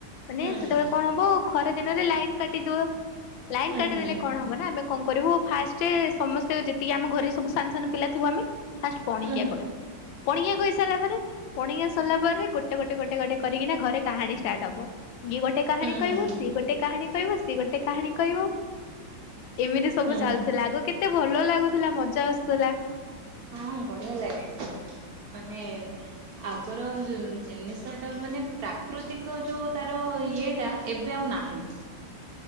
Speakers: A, on the left; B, on the right.
A: ମାନେ
B: ହୁଁ
A: ସେତେବେଳେ
B: ହୁଁ
A: କଣ ହବ ଖରା ଦିନରେ ଲାଇନ କାଟିଦବ। ଲାଇନ କାଟିଦେଲେ
B: ହୁଁ
A: କଣ ହବ ନା ଆମେ କଣ କରିବୁ ଫାଷ୍ଟ ସମସ୍ତେ ଯେତିକି ଆମ ଘରେ ସବୁ ସି ସାନ ସାନ ପିଲା ଥିବୁ ଆମେ ଫାଷ୍ଟ ପଣିକିଆ
B: ହୁଁ ହୁଁ
A: କହିବୁ ପଣିକିଆ କହିସାରିଲା ପରେ। ପଣିିକିଆ ସରିଲା ପରେ ଗୋଟେ ଗୋଟେ ଗୋଟେ ଗୋଟେ କରିକିନା ଘରେ କାହାଣୀ ଷ୍ଟାର୍ଟ ହବ। ଇଏ ଗୋଟେ କାହାଣୀ
B: ହୁଁ ହୁଁ
A: କହିବ
B: ହୁଁ ହୁଁ ହୁଁ
A: ସିଏ ଗୋଟେ କାହାଣୀ କହିବ ସିଏ ଗୋଟେ କାହାଣୀ କହିବ। ଏମିତି ସବୁ
B: ହୁଁ
A: ଚାଲୁଥିଲା
B: ହୁଁ
A: ଆଗ କେତେ ଭଲ ଲାଗୁଥିଲା ମଜା ଆସୁଥିଲା।
B: ହଁ ବଢିଆ ଲାଗେ ମାନେ ଆଗର ଜିନିଷ ଟା ମାନେ ପ୍ରାକୃତିକ ଯୋଉ ତାର ଇଏ ଟା। ଏବେ ଆଉ ନାହିଁ।